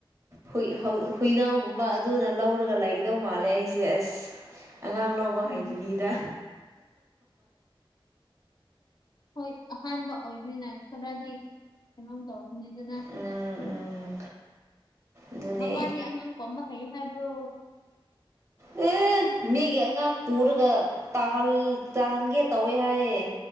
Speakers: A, on the right (about 30°); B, on the left (about 50°).
A: ꯍꯨꯏ ꯍꯧ ꯍꯨꯏꯅꯥꯎꯒꯨꯝꯕ ꯑꯗꯨꯅ ꯂꯧꯔꯒ ꯂꯩꯒꯗꯧ ꯃꯥꯜꯂꯦ ꯑꯩꯁꯦ ꯑꯁ ꯑꯉꯥꯡ ꯂꯧ ꯕ
B: ꯎꯝ
A: ꯍꯩꯇꯕꯤꯗ
B: ꯍꯣꯏ ꯑꯍꯥꯟꯕ ꯑꯣꯏꯕꯅꯤꯅ ꯈꯔꯗꯤ ꯀꯩꯅꯣꯝ ꯇꯧꯔꯅꯤꯗꯅ
A: ꯎꯝ ꯎꯝ ꯑꯗꯨꯅꯦ
B: ꯃꯄꯥꯗꯤ ꯑꯉꯥꯡ ꯄꯝꯕ ꯍꯩ ꯍꯥꯏꯕ꯭ꯔꯣ
A: <unintelligible> ꯑꯦ ꯃꯤꯒꯤ ꯑꯉꯥꯡ ꯄꯨꯔꯒ ꯇꯥꯍꯜ ꯇꯥꯍꯟꯒꯦ ꯇꯧꯋꯦ ꯍꯥꯏꯌꯦ